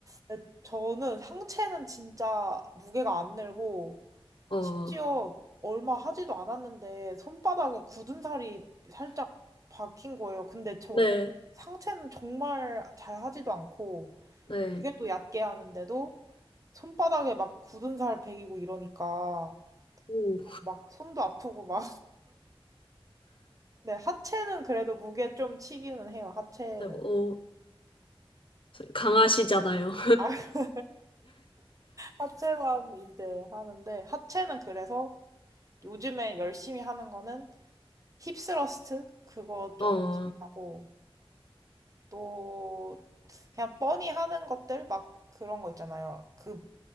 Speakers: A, on the right; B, on the left.
A: 근데 저는 상체는 진짜 무게가 안 늘고,
B: 어,
A: 심지어 얼마 하지도 않았는데, 손바닥에 굳은 살이 살짝 박힌 거예요. 근데 저
B: 네,
A: 상체는 정말 잘 하지도 않고,
B: 네.
A: 무게도 얕게 하는데도, 손바닥에 막 굳은 살 베기고 이러니까,
B: 오,
A: 막 손도 아프고 막, 네, 하체는 그래도 무게 좀 치기는 해요, 하체는.
B: 네, 오, 강하시잖아요. <laughs>
A: 아, <laughs> 하체만 이제 하는데, 하체는 그래서 요즘에 열심히 하는 거는 힙스러스트? 그거
B: 어,
A: 좀 열심히 하고, 또, 그냥 뻔히 하는 것들? 막 그런 거 있잖아요. 그